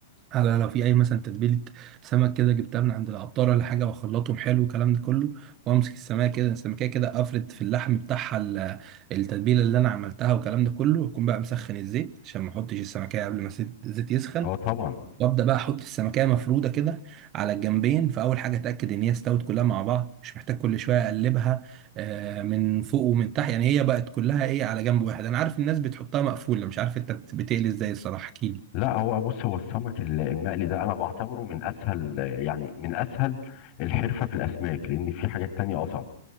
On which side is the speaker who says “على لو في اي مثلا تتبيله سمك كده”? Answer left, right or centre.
Right